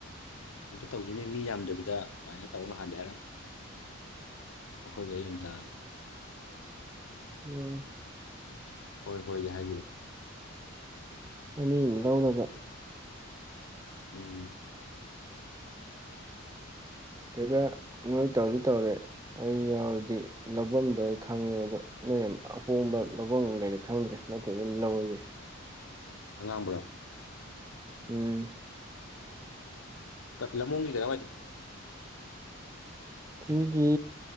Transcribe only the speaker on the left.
ꯑꯝꯇ ꯇꯧꯗꯣꯏꯅꯦ ꯃꯤ ꯌꯥꯝꯗꯕꯤꯗ ꯑꯗꯨꯃꯥꯏꯅ ꯇꯧꯔꯒ ꯉꯍꯥꯟꯗꯦ ꯍꯥꯏꯔꯝꯃ ꯑꯩꯈꯣꯏꯗ ꯏꯝꯇꯅ
ꯍꯣꯏ ꯍꯣꯏꯒꯤ ꯍꯥꯏꯖꯈꯤꯕ
ꯎꯝ
ꯑꯉꯥꯡꯝꯕ꯭ꯔꯣ
ꯂꯃꯣꯡꯒꯤ ꯀꯔꯃꯖꯅ